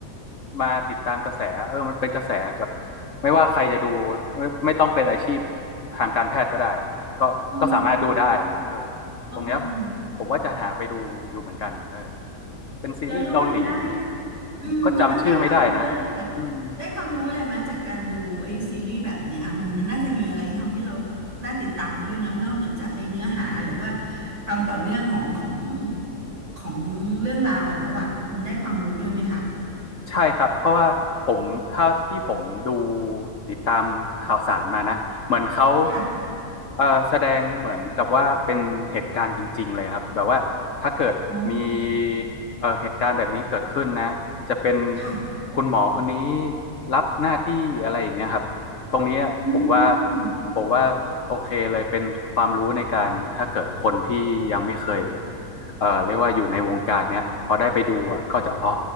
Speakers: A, on the left; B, on the right.
A: มาติดตามกระแสเออมันเป็นกระแสแบบไม่ว่าใครจะดูไม่ไม่ต้องเป็นอาชีพทางการแพทย์ก็ได้ ก็ก็สามารถดูได้อะเออ
B: อืมอืม
A: ตรงเนี้ยผมว่าจะหาไปดูอยู่เหมือนกันเออเป็นซีรีส์เกาหลี
B: แล้วแล้วมันได้
A: ผมก็จำชื่อไม่ได้นะ
B: อืมแล้วมันได้ความรู้อะไรไหม
A: อืม
B: ได้ความรู้อะไรไหมจากการดูไอ้ซีรีส์แบบเนี้ยมันมันน่าจะมีอะไรทำให้เราน่าติดตามด้วยเนาะนอกเหนือจากไอ้เนื้อหาหรือว่าความต่อเนื่องของของของเรื่องราวแล้วอ่ะมันได้ความรู้ด้วยไหมคะ
A: ใช่ครับเพราะว่าผมเท่าที่ผมดูติดตามข่าวสารมานะเหมือนเขา
B: ค่ะ
A: เอ่อแสดงเหมือนกับว่าเป็นเหตุการณ์จริงๆเลยครับแบบว่าถ้าเกิดมี
B: โอ้
A: เอ่อเหตุการณ์แบบนี้เกิดขึ้นนะจะเป็น
B: ค่ะ
A: คุณหมอคนนี้รับหน้าที่อะไรอย่างเงี้ยครับตรงเนี้ยผมว่า
B: อืมอื
A: ผมว่าโอเคเลยเป็นความรู้ในการถ้าเกิดคนที่ยังไม่เคย เอ่อเรียกว่าอยู่ในวงการเนี้ยพอได้ไปดูอะก็จะอ๋อ